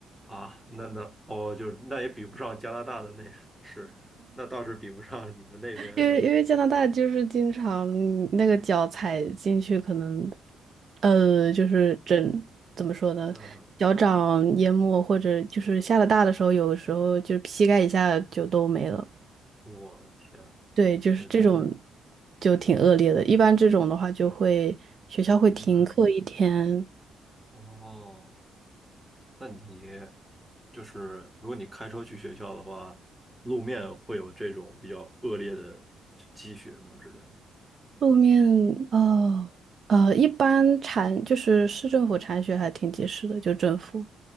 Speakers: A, in the centre; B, on the right.
A: 啊，那那哦，就是那也比不上加拿大的那是，那倒是比不上你们那边。
B: 因为因为加拿大就是经常你那个脚踩进去，可能呃，就是整怎么说呢，
A: 哦，嗯，
B: 脚掌淹没，或者就是下了大的时候，有的时候就是膝盖以下就都没了。
A: 我的天，
B: 对，就是这种
A: 那这，
B: 就挺恶劣的。一般这种的话，就会学校会停课一天。
A: 嗯，哦，那你。就是如果你开车去学校的话，路面会有这种比较恶劣的积雪嘛之类的。
B: 路面哦呃，一般铲就是市政府铲雪还挺及时的，就政府。